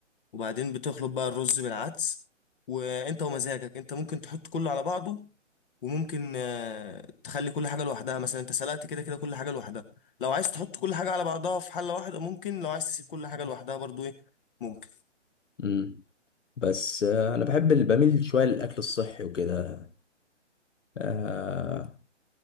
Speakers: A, on the left (about 45°); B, on the left (about 75°).
A: وبعدين بتخلط بقى الرز بالعدس وانت ومزاجك انت ممكن تحط كله على بعضه وممكن آه، تخلي كل حاجة لوحدها مثلا انت سلقت كده كده كل حاجة لوحدها لو عايز تحط كل حاجة على بعضها في حلة واحدة ممكن لو عايز تسيب كل حاجة لوحدها برضو ايه ممكن
B: امم بس آه، انا بحب ال- بميل شوية للاكل الصحي وكده آه
A: مم.